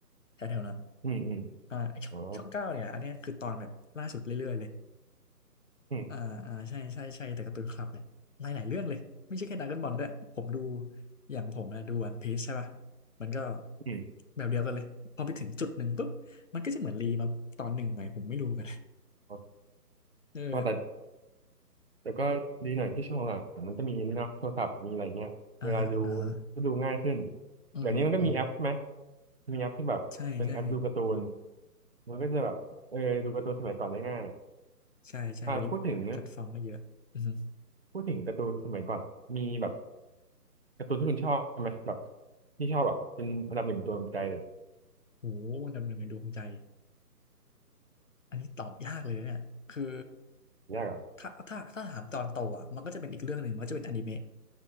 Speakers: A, on the left; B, on the right.
A: แถวๆนั้น
B: อืมอืม
A: อ่าไอ้ช่องช่องเก้าเนี่ยอันเนี้ยคือตอนแบบล่าสุดเรื่อยๆเลย
B: อ๋ออืม
A: อ่าอ่าใช่ใช่ใช่แต่การ์ตูนคลับเนี่ยหลายหลายเรื่องเลยไม่ใช่แค่ดราก้อนบอลด้วยผมดูอย่างผมนะดูวันพีซใช่ป่ะมันก็
B: อืม
A: แบบเดียวกันเลยพอไปถึงจุดหนึ่งปุ๊บมันก็จะเหมือนรีมาตอนหนึ่งไหมผมไม่รู้เหมือนกัน <laughs>
B: อ๋
A: เออ
B: อแต่ แต่ก็ดีหน่อยที่ช่วงหลังมันก็มีนี่เนาะโทรศัพท์มีอะไรเงี้ยเวลาดู
A: อ่าฮะอ่าฮะ
B: ก็ดูง่ายขึ้น
A: อืมอืม
B: เดี๋ยวนี้มันก็มีแอปใช่ไหมมีแอปที่แบบเป็นแอปดูการ์ตูน
A: ใช่ใช่
B: มันก็จะแบบเออดูการ์ตูนสมัยก่อนได้ง่าย
A: ใช่ใช่เดี๋ยวนี้แพลตฟอร์มก็เยอะอือหือ
B: อ่าพูดถึงพูดถึงการ์ตูนสมัยก่อนมีแบบการ์ตูนที่คุณชอบไหมแบบที่ชอบแบบเป็นอันดับหนึ่งของตัวใจเลย
A: โหดำเนินในดวงใจอันนี้ตอบยากเลยนะเนี่ยคือ
B: ยากเหรอ
A: ถ้าถ้าถ้าถามตอนโตอ่ะมันก็จะเป็นอีกเรื่องหนึ่งมันก็จะเป็นอนิเมะ